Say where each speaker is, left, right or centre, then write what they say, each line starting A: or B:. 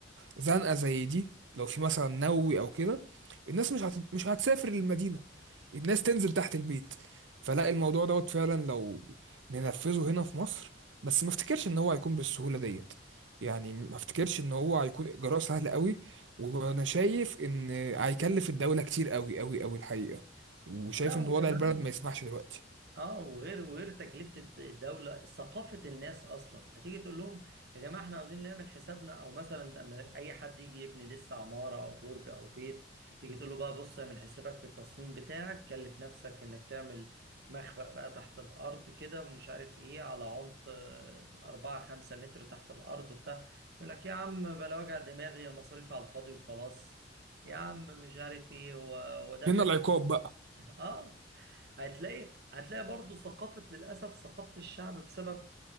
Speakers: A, on the right; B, on the right.
A: زنقة زي دي لو في مثلا نووي او كده الناس مش هت... مش هتسافر للمدينة الناس تنزل تحت البيت فلا الموضوع دوت فعلا لو ننفذه هنا في مصر بس ما افتكرش ان هو هيكون بالسهولة ديت يعني ما افتكرش ان هو هيكون اجراء سهل قوي وانا شايف ان هيكلف الدولة كتير قوي قوي قوي الحقيقة وشايف
B: لا
A: ان
B: وكمان
A: وضع البلد ما يسمحش دلوقتي
B: اه وغير وغير تكلفة الد- الدولة ثقافة الناس اصلا هتيجي تقول لهم يا جماعة احنا عاوزين نعمل حسابنا او مثلا لما اي حد يجي يبني لسه عمارة او برج او بيت تيجي تقول له بقى بص اعمل حسابك في التصميم بتاعك كلف نفسك انك تعمل مخبأ بقى تحت الارض كده مش عارف ايه على عمق آه، أربعة خمسة متر تحت الارض وبتاع يقول لك يا عم بلا وجع دماغي يا مصاريف على الفاضي وخلاص يا عم مش عارف ايه هو هو دافع
A: هنا العقاب بقى
B: اه هتلاقي هتلاقي برضو ثقافة للأسف ثقافة الشعب بسبب